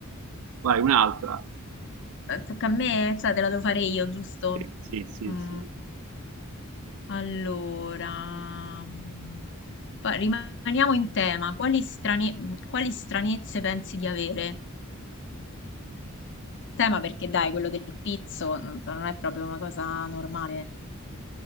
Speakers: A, on the right; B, on the left.
A: Vai, un'altra.
B: <laughs> Tocca a me, cioè te la devo fare io, giusto?
A: Sì, sì, sì.
B: Mm,
A: sì.
B: allora, mm, pa- rimaniamo in tema. Quali strane- mm, quali stranezze pensi di avere? Tema perché dai, quello del pizzo non non è proprio una cosa normale.